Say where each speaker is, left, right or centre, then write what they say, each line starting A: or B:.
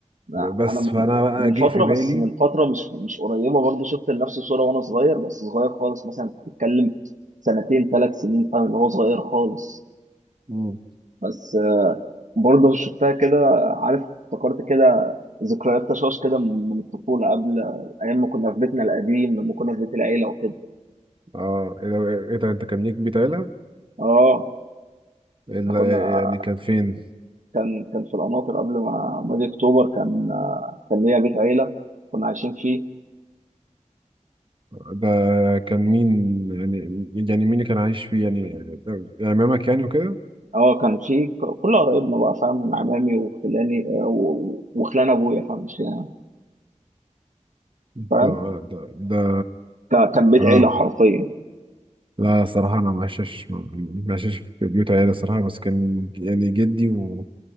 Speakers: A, on the right; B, on the right.
A: لا
B: بس
A: انا من
B: فانا بقى
A: من
B: جه
A: فترة
B: في بالي
A: بس من فترة مش مش قريبة برضو شفت لنفس الصورة وانا صغير بس صغير خالص مثلا انت بتتكلم سنتين ثلاث سنين فاهم اللي هو صغير خالص
B: أهو.
A: بس آه، برضو شفتها كده عارف افتكرت كده ذكريات تشاش كده من من الطفولة قبل ايام ما كنا في بيتنا القديم لما كنا في بيت العيلة وكده
B: اه ايه ده إيه ده، انت كان ليك بيت عيلة؟
A: اه
B: ال-
A: احنا كنا
B: يعني كان فين؟
A: كان كان في القناطر قبل ما ما اجي اكتوبر كان آه، كان ليا بيت عيله كنا عايشين فيه
B: ده كان مين يعني يعني مين اللي كان عايش فيه يعني عمامك يعني وكده؟
A: اه كان فيه ك- كل قرايبنا بقى فاهم عمامي وخلاني آه، و- و- وخلان ابويا فاهم مش خلاني أنا،
B: ده
A: فاهم
B: ده ده
A: فكان بيت
B: اه
A: عيله حرفيا
B: لا صراحة انا ما عشتش ما عشتش في بيوت عيلة صراحة بس كان يعني جدي ومن